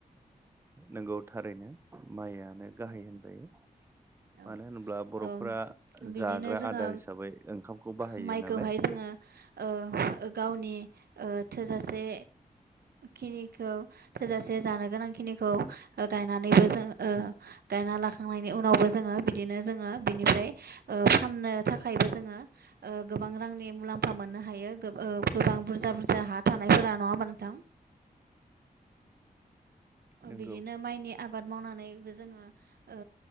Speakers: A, on the right; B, on the right.
A: नोंगौ थारैनो माइआनो गाहाय
B: औ
A: होनजायो
B: औ
A: मानो होनोब्ला बरफोरा
B: ओम बिदिनो
A: जाग्रा
B: जोङो
A: आदार हिसाबै ओंखामखौ बाहायो
B: माइखौहाय
A: नालाय
B: जोङो ओ गावनि ओ थोजासे खिनिखौ थोजासे जानो गोनां खिनिखौ गायनानैबो जों ओ गायना लाखांनायनि उनावबो जों बिदिनो जोङो बिनिफ्राय ओ फाननो थाखायबो जोङोओ गोबां रांनि मुलामफा मुफा मोननो हायो ओ गोबां बुरजा बुरजा हा थानायफोरा नङाहोनबा नोंथां
A: नंगौ
B: बिदिनो माइनि आबाद मावनानैबो जोङो ओ